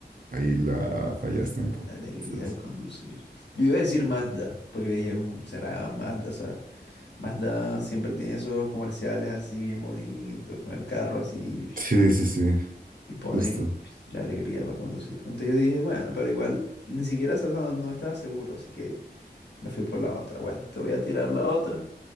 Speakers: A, on the right; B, on the left.
A: Ahí la fallaste
B: Mazda,
A: un poco.
B: la alegría
A: Entonces,
B: de conducir. Yo iba a decir Mazda, porque dije, "Mm, será Mazda, o sea. Mazda siempre tiene esos comerciales así bien bonitos, con el carro así, <smacks lips>
A: sí, sí, sí,
B: y ponen
A: justo.
B: <smacks lips> la alegría para conducir. Entonces yo dije, bueno, pero igual ni siquiera esa no, no estaba seguro, así que me fui por la otra. Bueno, te voy a tirar la otra,